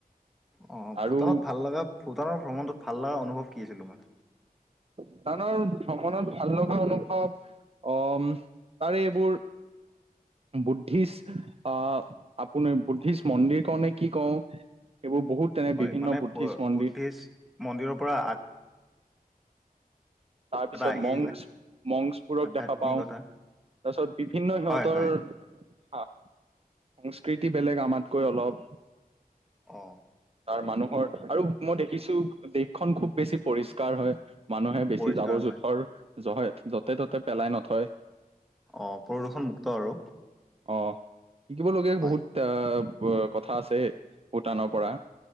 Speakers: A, in the centre; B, on the right.
A: অ
B: আৰু
A: ভূটানত ভাল লগা ভূটানৰ ভ্ৰমণটোত ভাল লগা। অনুভৱ কি আছিল তোমাৰ।
B: ভূটানৰ ভ্ৰমণত ভাল লগা অনুভৱ অহ। তাৰে এইবোৰ। বুদ্ধিষ্ট আহ আপুনি বুদ্ধিষ্ট মন্দিৰ কওঁনে কি কওঁ। এইবোৰ বহুত তেনে
A: হয়
B: বিভিন্ন
A: মানে
B: বুদ্ধিষ্ট মন্দিৰ।
A: বুদ্ধিষ্ট
B: <inaudible>
A: মন্দিৰৰ পৰা
B: তাৰপিছত
A: এটা আহি
B: মংস মংসবোৰক
A: আধ্যাত্মিকতা
B: দেখা পাওঁ। তাৰপিছত বিভিন্ন সিহঁতৰ।
A: হয় হয়
B: হ সংস্কৃতি বেলেগ আমাতকৈ অলপ।
A: অ
B: তাৰ মানুহৰ আৰু মই দেখিছোঁ দেশ। খন খুব বেছি পৰিষ্কাৰ হয় মানুহে বেছি
A: পৰিষ্কাৰ
B: জাবৰ-জোথৰ।
A: হয়
B: জহয় যতে ত'তে পেলাই নথয়।
A: অঁ প্ৰদূষণমুক্ত আৰু।
B: অ শিকিবলগীয়া
A: হয়
B: বহুত আহ কথা আছে। ভূটানৰ পৰা